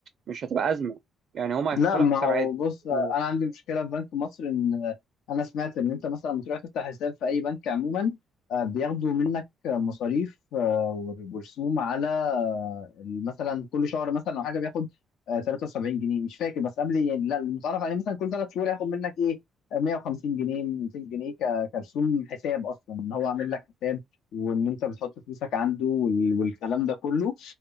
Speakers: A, on the right; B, on the left.
A: مش هتبقى ازمه يعني هما هيفتحوا
B: لا ما
A: لك حساب
B: هو
A: عادي
B: بص انا
A: آه،
B: عندي مشكله في بنك مصر ان انا سمعت ان انت مثلا لما تروح تفتح حساب في اي بنك عموما آه، بياخدوا منك مصاريف آه، ورسوم على آه، مثلا كل شهر مثلا او حاجه بياخد آه، 73 جنيه مش فاكر بس قبل يعني لا المتعارف عليه مثلا كل ثلاث شهور ياخد منك ايه آه، 150 جنيه 200 جنيه ك- كرسوم حساب اصلا ان هو عامل لك حساب وان انت بتحط فلوسك عنده وال- والكلام ده كله